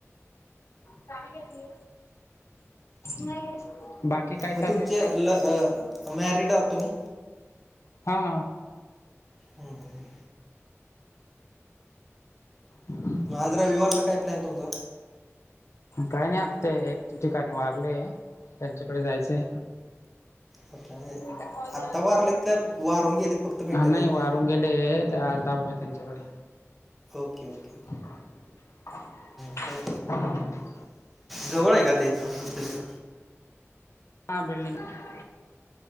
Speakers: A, on the left; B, in the centre.
A: काय घेतली नाही बाकी काय
B: मग
A: चालू
B: तुमचे
A: आहे
B: ल अ मॅरिड आहात तुम्ही हा
A: हा
B: हो ह ह
A: ह
B: माजरा विवारचा काय प्लॅन तुमचा
A: काही नाही आ ते एक ठिकाणी वारले त्यांच्याकडे जायचंय
B: फट आहे
A: मी काय कॉल केला
B: आत्ता वारलेत का वारून गेलेत फक्त भेट
A: हा नाही
B: जायच
A: वारून गेले तर आज दाव आहे त्यांच्याकडे
B: ओके ओके
A: <inaudible>
B: ओके. जवळ आहे का ते इथ ना तुमच्यारीथं
A: हा बिल्डीिंग